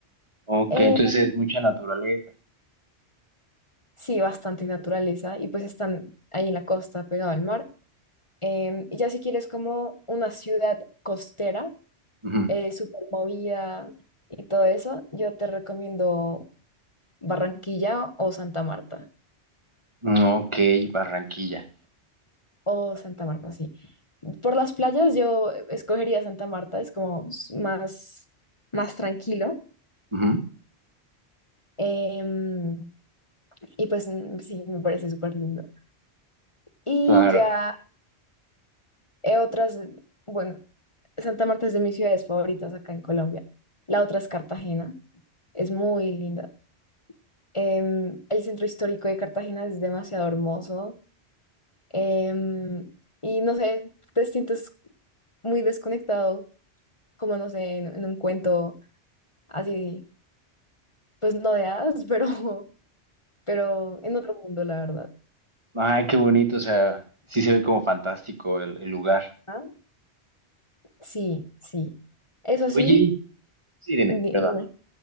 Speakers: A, on the right; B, on the left.
A: Ok,
B: Eh,
A: entonces es mucha naturaleza.
B: sí, bastante naturaleza y pues están ahí en la costa, pegado al mar. Em, y ya si quieres como una ciudad costera,
A: Ujú.
B: eh, súper movida y todo eso, yo te recomiendo Barranquilla o Santa Marta.
A: Mm, Ok, Barranquilla.
B: O Santa Marta, sí. Por las playas yo escogería Santa Marta, es como s- más, más tranquilo.
A: Ujú.
B: Em, y pues mm, sí, me parece súper lindo. Y
A: Claro.
B: ya eh, otras, bueno, Santa Marta es de mis ciudades favoritas acá en Colombia. La otra es Cartagena, es muy linda. Em, el centro histórico de Cartagena es demasiado hermoso. Em, y no sé, te sientes muy desconectado, como no sé, en, en un cuento así, pues no de hadas, <laughs> pero, pero en otro mundo, la verdad.
A: Ay, qué bonito, o sea, sí se ve como fantástico el, el lugar.
B: ¿Ah? Sí, sí. Eso
A: Oye,
B: sí,
A: sí, dime,
B: ni-
A: ¿verdad?
B: ni-